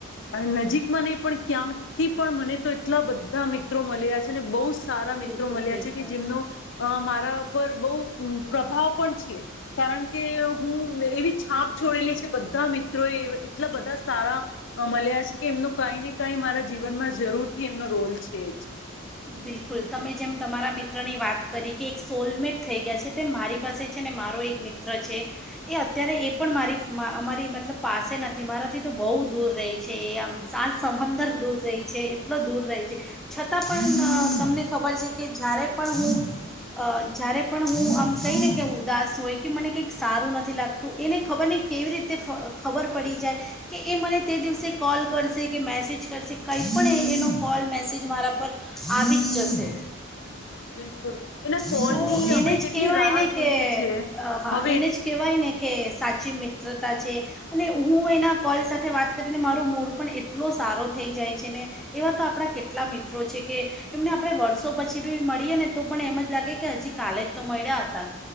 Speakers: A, on the left; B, in the centre.
A: અ નજીકમાં નહીં પણ ક્યાંક થી પણ મને તો એટલા બધા મી ત્રો મલી રહ્યા છે ને બોવ સારા
B: બિલકુલ
A: મિત્રો મલ્યાં
B: બિલકુલ
A: છે કે જેમનો અ મારા પર બોવ અમ્મ પ્રભાવ પણ છે. કારણ કે, હું વેર એવી છાપ છોડેલી છે બધા મિત્રો એ એટલા બધા સારા અ મલ્યાં છે કે એમનું કાઈ ને કઈ મારા જીવનમાં જરૂરથી એમનો રોલ છે જ.
B: બિલકુલ, તમે જેમ તમારા મિત્રની વાત કરી કે એક સોલમેટ થઈ ગયા છે. તેમ મારી પાસે છે ને મારો એક મિત્ર છે એ અત્યારે એ પણ મારી મા અમારી મતલબ પાસે નથી. મારાથી તો બોવ દૂર રેય છે એ આમ સાત સમંદર દૂર રેય છે. એટલો દૂર રહે છે. છતાં પણ તમને ખબર છે કે, જ્યારે પણ હું અ જ્યારે પણ હું આમ કંઈ ને કે ઉદાસ હોય કે મને કંઈક સારું નથી લાગતું. એને ખબર નય કેવી રીતે ફ ખબર પડી જાય કે એ મને તે દિવસે કોલ કરશે કે મેસેજ કરશે કંઈ પણ એનો કોલ મેસેજ મારા પર આવી જ જશે.
A: બિલકુલ. એના
B: તો
A: કોલની આપણે
B: એને જ
A: કેટલી
B: કેવાય
A: રાહ
B: ને
A: જોઈએ
B: કે
A: છે
B: અ હા
A: હવે
B: એને જ કેવાય ને કે સા ચી મિત્રતા છે અને હું એના કોલ સાથે વાત કરીને મારૂ મૂડ પણ એટલો સારો થઈ જાય છે ને એવા તો આપણા કેટલા મિત્રો છે કે એમને આપણે વર્ષો પછી બી મળીએ ને તો પણ એમ જ લાગે કે હજી કાલે જ તો મળ્યા હતા.